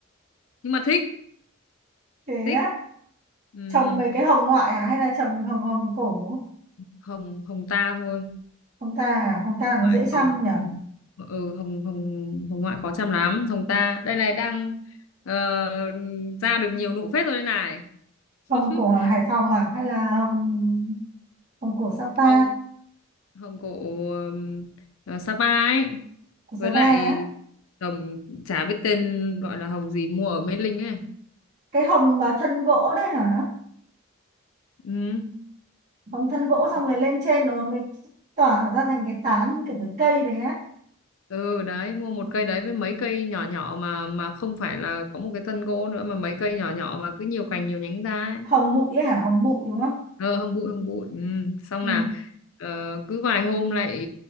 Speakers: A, on the left; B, on the right.
A: nhưng mà thích
B: thế
A: thích
B: á,
A: ừ ừ.
B: trồng mấy cái hồng ngoại à hay là trồng hồng hồng cổ?
A: Hồng Hồng ta thôi
B: Hồng ta à? Hồng ta nó
A: ngoại
B: dễ chăm
A: khó
B: nhở?
A: ừ Hồng Hồng Hồng ngoại khó chăm lắm Hồng ta đây này đang ờ, ra được nhiều nụ phết rồi đây này
B: Hồng
A: <laughs>
B: cổ ở Hải Phòng à hay là hồng hồng cổ Sapa,
A: không Hồng cổ ừm, ờ, Sapa ấy
B: của
A: với
B: Sapa
A: lại
B: á?
A: Hồng chả biết tên gọi là Hồng gì mua ở Mê Linh ấy
B: Cái hồng mà thân gỗ đấy hả?
A: ừ.
B: bằng thân gỗ xong
A: đó.
B: rồi lên trên nó mới tỏa ra thành cái tán như kiểu cái cây đấy á
A: ừ đấy mua một cây đấy với mấy cây nhỏ nhỏ mà mà không phải là có một cái thân gỗ nữa mà mấy cây nhỏ nhỏ mà cứ nhiều cành nhiều nhánh ra ấy
B: hồng bụi ấy hả hồng bụi đúng không
A: ờ không bụi không bụi Ừm, xong
B: ừ.
A: là ờ, cứ vài hôm lại